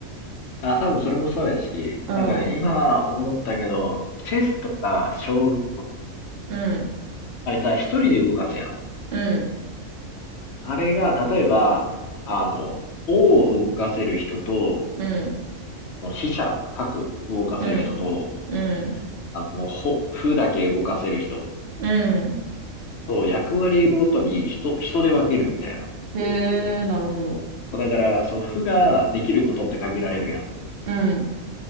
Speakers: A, on the left; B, on the right.
A: あ、多分それもそうやし、
B: うん、
A: なんかね、今思ったけど、チェスとか将棋、
B: うん、
A: あれさ、一人で動かすやん。
B: うん、
A: あれが、例えば、あの、王を動かせる人と、
B: うん。
A: あの飛車、角動かせる人と、
B: うん、うん、
A: あの、もう、ほ、歩だけ動かせる人
B: うん。
A: そう、役割ごとに人、人で分けるみたいな。
B: へえ、なるほど。
A: そうだから、そう、負ができることって限られるやん。
B: うん、